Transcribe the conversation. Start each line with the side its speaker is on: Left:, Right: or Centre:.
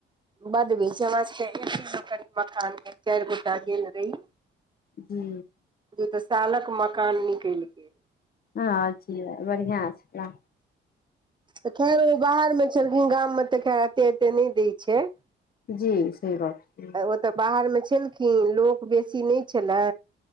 Right: <inaudible> हमरा सब के मखान के चारि गोटा गेल रही
Left: हू
Right: इ तऽ सालक मकान निकल गेल
Left: हँ जी बढ़िआँ छै
Right: तऽ खैर ओ बाहर मे छलखिन गाम में तऽ खैर एते एते नहि दै छै
Left: जी सही गप छै
Right: ओ तऽ बाहरमे छलखिन लोक बेसी नहि छलए